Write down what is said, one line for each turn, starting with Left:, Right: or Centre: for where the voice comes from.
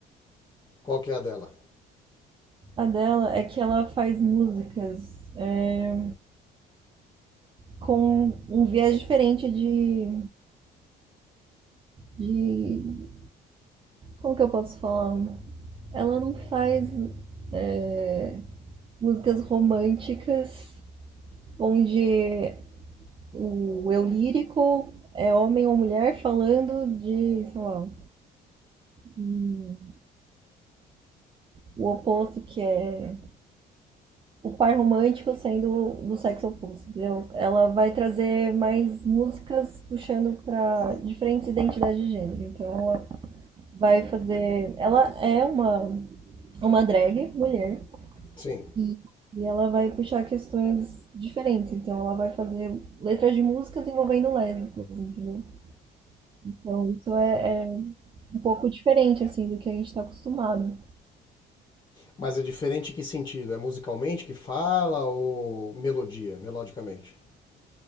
Left: Qual que é a dela?
Right: A dela é que ela faz músicas é, com um viés diferente de, de. Como que eu posso falar? Ela não faz é, músicas românticas onde o eu lírico é homem ou mulher falando de, sei lá, hum, o oposto que é o par romântico sendo do sexo oposto, entendeu? Ela vai trazer mais músicas puxando para diferentes identidades de gênero. Então ela vai fazer, ela é uma uma drag mulher
Left: Sim.
Right: e, e ela vai puxar questões diferentes. Então ela vai fazer letras de músicas envolvendo lésbicas, entendeu? Então isso é, é um pouco diferente assim do que a gente está acostumado.
Left: Mas é diferente em que sentido? É musicalmente que fala ou melodia, melodicamente?